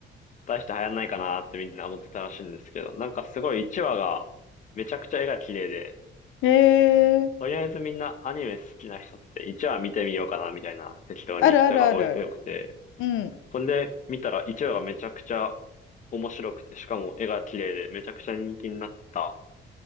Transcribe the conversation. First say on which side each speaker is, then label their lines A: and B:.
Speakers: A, on the left (about 40°); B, on the left (about 80°).
A: 大して流行んないかなってみんな思ってたらしいんですけど、なんかすごい1話が、めちゃくちゃ絵が綺麗で、
B: んえー、
A: とりあえずみんなアニメ好きな人って1話見てみようかなみたいな適当に人が多い多くて、
B: あるあるある。うん。
A: それで見たら1話がめちゃくちゃ面白くて、しかも絵が綺麗でめちゃくちゃ人気になった